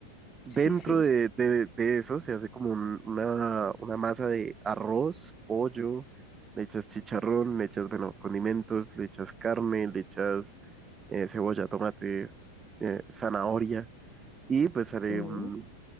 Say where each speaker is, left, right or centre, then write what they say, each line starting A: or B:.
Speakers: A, on the right; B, on the left.
A: Dentro
B: sí, sí.
A: de, de- de eso se hace como un- una, una masa de arroz, pollo, le echas chicharrón, le echas, bueno, condimentos, le echas carne, le echas eh, cebolla, tomate, eh, zanahoria. y pues haré
B: ujú.
A: un,